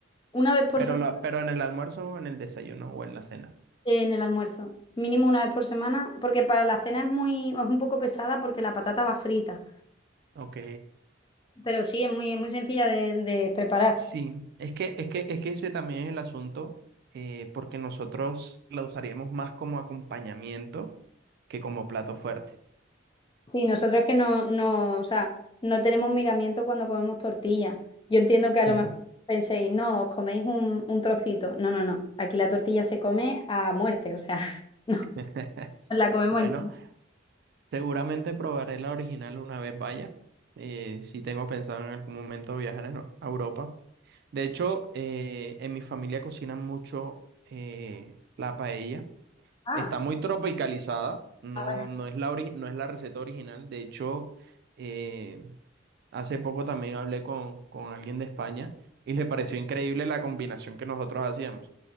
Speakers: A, on the left (about 25°); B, on the right (about 55°).
A: Una vez por
B: pero,
A: semana
B: la, pero en el almuerzo o en el desayuno o en la cena.
A: en el almuerzo. Mínimo una vez por semana, porque para la cena es muy, es un poco pesada porque la patata va frita.
B: Ok.
A: Pero sí, es muy, es muy sencilla de, de preparar.
B: Sí, es que, es que, es que ese también es el asunto, eh, porque nosotros la usaríamos más como acompañamiento que como plato fuerte.
A: Sí, nosotros es que no, no, o sea, no tenemos miramiento cuando comemos tortilla. Yo entiendo que a lo
B: Mm.
A: mejor penséis, no, os coméis un, un trocito. No, no, no. Aquí la tortilla se come a muerte, o sea, <laughs> no,
B: <laughs>
A: nos la comemos
B: Bueno,
A: entera.
B: seguramente probaré la original una vez vaya. Eh, si tengo pensado en algún momento viajar en- a Europa. De hecho, eh, en mi familia cocinan mucho eh, la paella.
A: Ah,
B: Está muy tropicalizada. No,
A: ah, bueno.
B: no es la ori- no es la receta original. De hecho, eh, Hace poco también hablé con, con alguien de España y le pareció increíble la combinación que nosotros hacíamos.